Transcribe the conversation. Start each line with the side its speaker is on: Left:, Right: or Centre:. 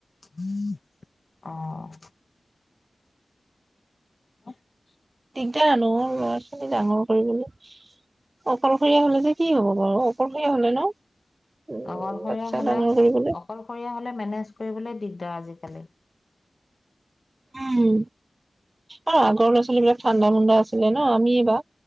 Left: <inaudible> অহ এহ <unintelligible>
Right: দিগদাৰ আানো ল'ৰা -ছোৱালী ডাঙৰ কৰিবলৈ, অকলশৰীয়া হলে যে কি হব বাৰু অকলশৰীয়া হলে ন? উম
Left: অকলশৰীয়া
Right: বাচ্ছা
Left: হলে,
Right: ডাঙৰ কৰিবলৈ
Left: অকলশৰীয়া হলে মেনেজ কৰিবলে দিগদাৰ আজি। বেলেগ
Right: উম আৰু আগৰ ল'ৰা ছোৱালী বিলাক ঠাণ্ডা মুডা আছিলে ন আমিয় বা